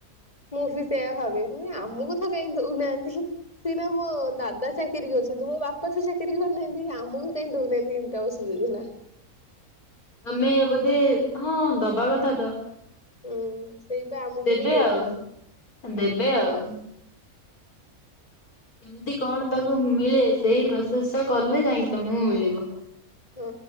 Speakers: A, on the left; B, on the left.
A: ମୁଁ ବି ସେୟା ଭାବୁଛି ମୁଁ ଆମକୁ କାଇଁ ଦଉନାହାନ୍ତି ସିନା ମୋ ଦାଦା ଚାକିରି କରୁଛନ୍ତି, ମୋ ବାପା ତ ଚାକିରି କରୁନାହାନ୍ତି ଆମକୁ କୁହ କାଇଁ ଦଉନାହାନ୍ତି ଇନ୍ଦିରା ଆବାସ ଯୋଜନା।
B: ମେ ବୋଧେ ହଁ ଦବା କଥା ତ
A: ହୁଁ ସେଇପା ଆମକୁ
B: ଦେବେ
A: ବି ଦେଇନାହାନ୍ତି।
B: ଆଉ ଦେବେ ଆଉ। କେମିତି କଣ ତାକୁ ମିଳେ ସେଇ ପ୍ରୋସେସ୍ ଟା କଲେ ଯାଇକି ତମକୁ ମିଳିବ।
A: ହଁ